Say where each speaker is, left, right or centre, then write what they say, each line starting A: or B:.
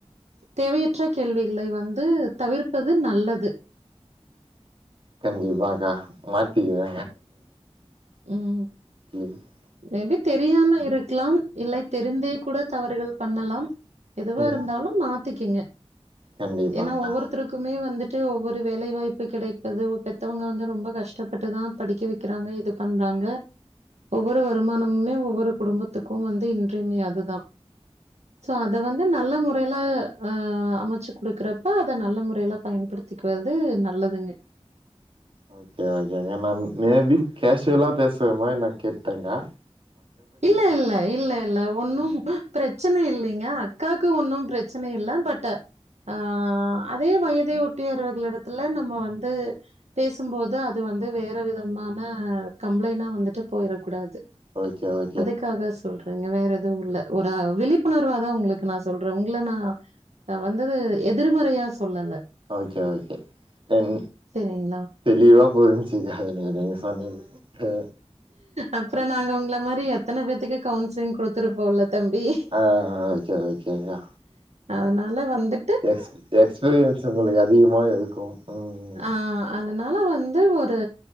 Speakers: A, on the right; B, on the right.
A: தேவையுற்ற கேள்விகளை வந்து தவிர்ப்பது நல்லது
B: கண்டிப்பாக்கா மாத்திக்குற
A: ம்
B: <unintelligible>
A: மேபி தெரியாம இருக்லாம் இல்லை தெரிந்தே கூட தவறுகள் பண்ணலாம் எதுவா
B: ம்
A: இருந்தாலும் மாத்திக்குங்க
B: கண்டிப்பாக்கா
A: ஏன்னா ஒவ்வொருத்ருக் க்குமே வந்துட்டு ஒவ்வொரு வேலைவாய்ப்பு கெடைப்பது பெத்தவங்க வந்து ரொம்ப கஷ்டப்பட்டு தா படிக்க வெக்கிறாங்க இது பண்றாங்க ஒவ்வொரு வருமானமுமே ஒவ்வொரு குடும்பத்துக்கும் வந்து இன்றி அமையாது தா ஸோ அத வந்து நல்ல மொறைல அ அமச்சு குடுக்கறப்ப அத நல்ல முறைல பயன்படுத்திக்றது நல்லதுன்னு
B: ஓகே கா நா மேபி கேஷுவ்லா பேசுற மாரி நா கேட்டங்கா
A: இல்ல இல்ல இல்ல இல்ல ஒன்னும் பிரச்சன இல்லிங்க அக்காவுக்கு ஒன்னும் பிரச்சன இல்ல பட்டு அ அதே வயதை ஒட்டியவர்கள இடத்துல நம்ம வந்து பேசும்போது அது வந்து வேற விதமான கம்ப்ளைனா வந்துட்டு போயிட கூடாது
B: <inaudible>
A: அதுக்காக சொல்றேங்க வேற எதுவும் இல்ல ஒரு விழிப்புணர்வாதான் உங்களுக்கு நான் சொல்றேன் உங்களை நான் நா வந்தது எதிர்மறையா சொல்லல
B: ஓகே ஓகே டென்
A: சரிங்களா?
B: தெளிவா புரிஞ்சுச்சுக்கா நீங்க சொன்னது அ
A: அப்பறம் நாங்க உங்கள மாதிரி எத்தன பேத்துக்கு கவுன்சிலிங் குடுத்துருப்போம்ல தம்பி.
B: அ ஒகே ஒகேக்கா
A: அதனால வந்து
B: எக்ஸ்எக்ஸ்பீரியன்ஸ் உங்களுக்கு அதிகமா இருக்கும் ம்
A: ஆ அதனால வந்து ஒரு